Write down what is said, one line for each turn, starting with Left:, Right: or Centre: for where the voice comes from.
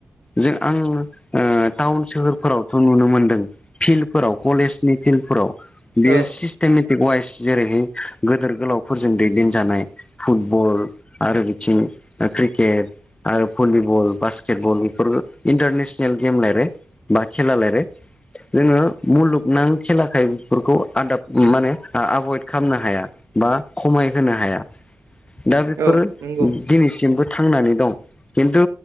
Left: जों आं टाउन सोहोरफोरावथ' नुनो मोन्दों फिल्डफोराव कलेजनि फिल्डफोराव बेयो
Right: औ
Left: सिस्टेमेटिक वाइस जेरैहाय गोदोर गोलावफोरजों दैदेनजानाय फुटबल आरो बिथिं क्रिकेट आरो भलिबल बास्केट बल बेफोर इन्टारनेसनेल गेम लाबाय बा खेला लाबाय जोङो मुलुगनां खेलाखाय बेफोरखौ आदाब माने एभयड खालामनो हाया बा खमायहोनो हाया दा बेफोर
Right: औ नंगौ
Left: दिनैसिमबो थांनानै दं खिन्थु